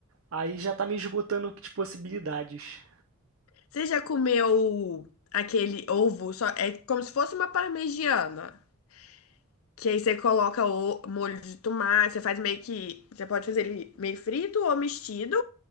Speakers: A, on the right; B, on the left.
A: Aí já está me esgotando de possibilidades.
B: você já comeu aquele ovo, só, é como se fosse uma parmegiana? Que aí você coloca o molho de tomate, você faz meio que. Você pode fazer ele meio frito ou mexido.